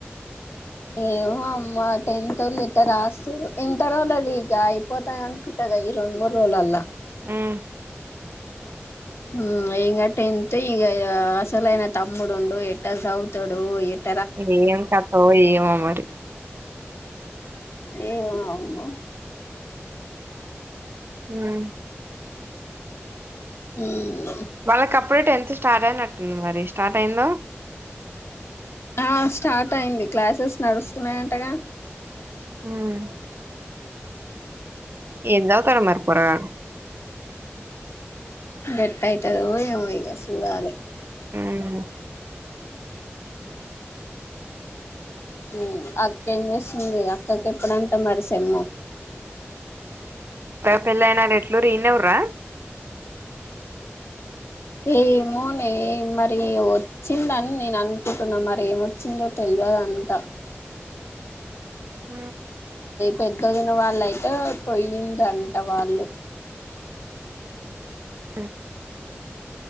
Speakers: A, on the left; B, on the right.
A: ఏమో అమ్మ టెంతోళ్ళు ఎట్ట రాస్తరు ఇంటరోళ్ళుఅది ఇక అయిపోతాది అనుకుంట గ ఈ రెండు మూడు రోజులల్లో
B: ఉమ్
A: మ్ ఇంగ ఇహ టెన్త్ ఈ అసలయన తమ్ముడుండు ఎట్టా చౌతడో ఏంటో
B: ఇది ఏం తక్కూవో ఏమో మరి
A: ఏ అవుమా <unintelligible>
B: మ్...
A: హ్మ్
B: వాళ్ళకి అప్పుడే టెన్త్ స్టార్ట్ అయినట్టుంది మరి స్టార్ట్ అయిందా
A: ఆ స్టార్ట్ అయింది క్లాసెస్ నడుస్తున్నాయంటగా
B: మ్... ఏంచదువుతాడో మరి పురాణం
A: ఎట్టఅయితదో ఏమో ఇక చూడాలి
B: హ్మ్
A: మ్... అ ఏం చేసస్తుంది అక్కకి అప్పుడు మరి సెమ్
B: వెళ్ల్ యనా ఎట్లూరు ఇడేనా ఉన్నారా
A: ఏమో నే మరి వచ్చిందని నేను అనుకుంటున్నా మరి ఏమొచ్చిందో తెలియదు అంతా
B: హ
A: పెద్దోదిన వాళ్ళయితే పయయిందంట వాళ్ళు
B: ఆ